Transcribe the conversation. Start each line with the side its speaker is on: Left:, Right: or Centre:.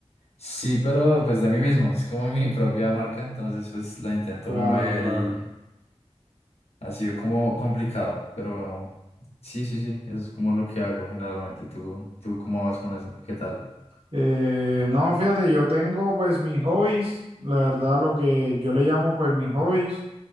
Left: Sí, pero pues de mí mismo, es como <laughs> mi propia marca, entonces pues la intento
Right: Claro,
Left: mover
Right: claro.
Left: y Ha sido como complicado, pero sí, sí, sí, eso es como lo que hago generalmente. ¿Tú, tú cómo vas con eso? ¿Qué tal?
Right: Eh, no, fíjate, yo tengo pues mis hobbies, la verdad lo que yo le llamo pues mis hobbies,